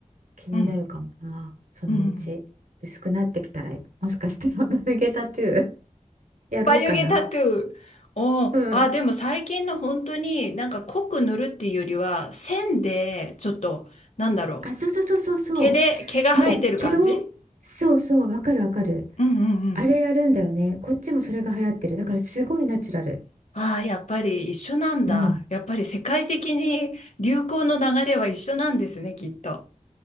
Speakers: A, on the right (about 75°); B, on the left (about 60°).
A: 気になるかもな、
B: うん。
A: そのうち。
B: うん。
A: 薄くなってきたら、もしかして眉毛タトゥー <laughs> やろうかな。
B: 眉毛タトゥー。おーあ、
A: うん。
B: でも最近の本当になんか濃く塗るっていうよりは、線で、ちょっと、なんだろう。
A: あ、そうそうそうそうそ
B: 毛で、毛が生えてる感じ
A: う。もう毛を、そうそう、わかるわかる。
B: うんうんうん。
A: あれやるんだよね。こっちもそれが流行ってる。だからすごいナチュラル。
B: ああ、やっぱり一緒なんだ。
A: うん。
B: やっぱり世界的に流行の流れは一緒なんですね、きっと。